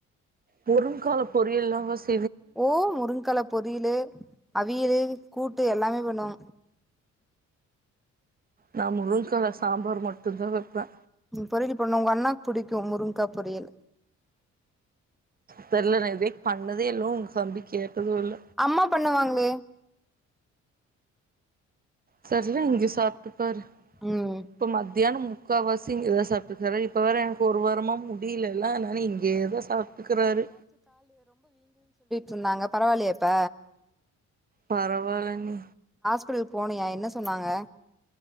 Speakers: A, on the right (about 30°); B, in the centre.
A: முருங்க்கால பொரியல் எல்லா <unintelligible>
B: ஓ முருங்கலப் பொரியலு அவியலு கூட்டு எல்லாமே பண்ணுவ
A: நான் முருங்க்காவ சாம்பார் மட்டும்தா வப்பே
B: பொரியல் பண்ணும் உங்க அண்ணாக்கு புடிக்கும் முருங்கா பொரியல
A: தெரியல நான் இதவேக் பண்ணதே லோ உங்க தம்பி கேட்டதும் இல்ல
B: அம்மா பண்ணுவாங்களே
A: சரரி இங்க சாப்ட்டு பாரு <unintelligible>
B: ம்
A: தியானம் முக்காவாசி இங்க தான் சாப்பிட்டுருக்கறரு இப்போ வேற ஒருவாரமா முடியலல்ல ஆனாலும் இங்கேதான் சாப்டுக்கராறு
B: சொன்னாங்க பரவாலையா இப்ப
A: பரவால்ல நீ
B: ஆஸ்பிட்டல் போனியா என்ன சொன்னாங்க